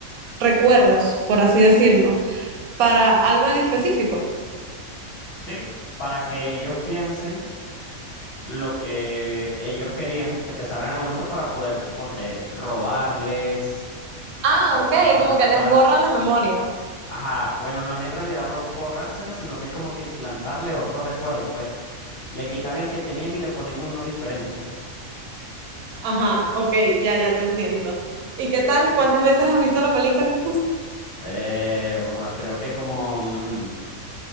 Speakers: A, on the right; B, on the left.
A: recuerdos, por así decirlo, para algo en específico.
B: ¿sí? Para que ellos piensen lo que ellos querían que pensaran en el momento para poder, suponte, robarles
A: Ah,
B: o
A: ok,
B: para,
A: como que les
B: para,
A: borran la memoria.
B: ajá, bueno, no es en realidad ro- borrársela, sino que es como que implantarle otro recuerdo, pues. Le quitan el que tenían y le ponen uno diferente.
A: Ajá, ok, ya, ya te entiendo. ¿Y qué tal? ¿Cuántas veces has visto la película? <laughs>
B: Eh, ua, creo que como, mm,